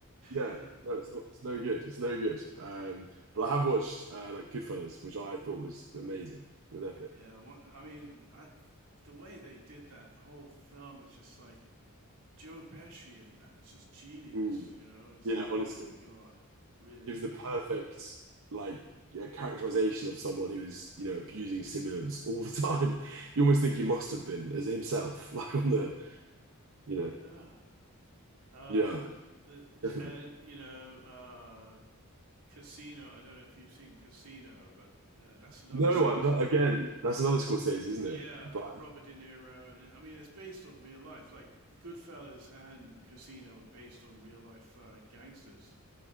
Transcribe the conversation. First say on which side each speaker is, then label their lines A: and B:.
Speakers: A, on the right; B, on the right.
A: Yeah,
B: Yeah.
A: no, it's not. It's no good. It's no good. Um, but I have watched uh, like Goodfellas, which I thought was amazing with Epic.
B: Yeah, wha- I mean, th- I, the way they did that whole film is just like Joe Pesci in that. It's just genius,
A: Mm.
B: you know. It's
A: Yeah,
B: oh
A: honestly.
B: my God, really?
A: gives the perfect like yeah, characterization of someone who is, you know, abusing stimulants all the time. <laughs> You almost think he must have been as himself, <laughs> like on the, you know,
B: Yeah. Um,
A: yeah,
B: the
A: definitely.
B: and you know, uh, Casino. I don't know if you've seen Casino, but uh, that's another.
A: No,
B: squ-
A: I've not, again, that's another Scorsese, isn't
B: Yeah,
A: it? But
B: Robert De Niro. And I mean, it's based on real life. Like Goodfellas and Casino are based on real life uh, gangsters.